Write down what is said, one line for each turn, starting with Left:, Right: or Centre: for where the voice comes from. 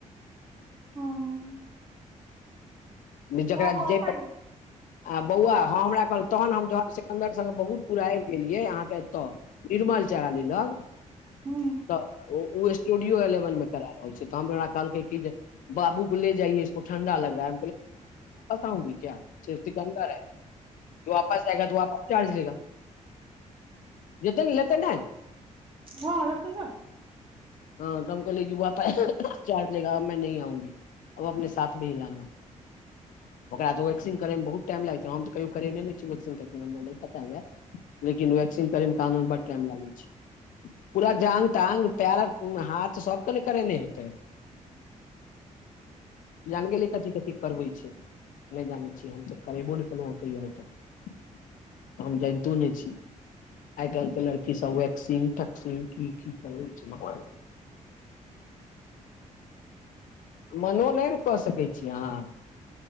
Right: हँ
Left: जकरा
Right: बौआ ओतय
Left: जे
Right: या
Left: आ बौआ हँ हमरा कहल तहन हम जन्दर बहुत पूरा आब गेल ये अहाँके एतऽ निर्मल चारा लेलक
Right: हुँ
Left: त ओ स्टूडियो एलेवन में करा रहल छै तऽरा कहलकै कि जे बाबू ले जाइऐ ईसको ठण्डा लग रहा है आउ क्य स के अन्दर है वापस आएगा त वापस चार्ज लेगा जतन लेत नहि
Right: हँ रखने जा
Left: हँ तऽ हम कहले कि ब चार्ट लेगा नहि आउी अब अपने साथ भी ह लाना ओकरा तऽ ओ व करे मे बहुत टाइम लाग हम तऽ क करे नहि पताय लेकिन वेकसीन करे में कान ब टाइम लागे छै पूरा जांग तांग पैर हाथ सबके ल करेने हेतै है जानगे ल एक कथी कथी करबै छै नहि जान हम तऽ करेबो नहि केलहु हँ कहियो आइ तक हम जानितो नहि छी आइ काल्ह त लड़की सब वेकक्सिंग टक्सिंगग की की कर छै मोबाइल में
Right: हूँ
Left: मनो नहि ने कऽ सकैत छी अहाँ